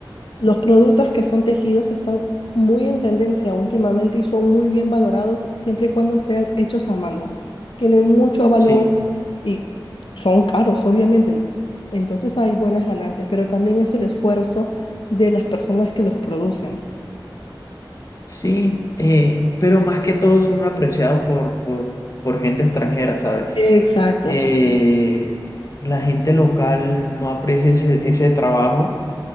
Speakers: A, on the left; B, on the left.
A: los productos que son tejidos están muy en tendencia últimamente y son muy bien valorados siempre y cuando sean hechos a mano. Tienen mucho valor
B: Sí,
A: y son caros, obviamente. Entonces hay buenas ganancias, pero también es el esfuerzo de las personas que los producen.
B: sí, eh, pero más que todo son apreciados por, por, por gente extranjera, ¿sabes?
A: Exactos.
B: Eh, la gente local no aprecia ese, ese trabajo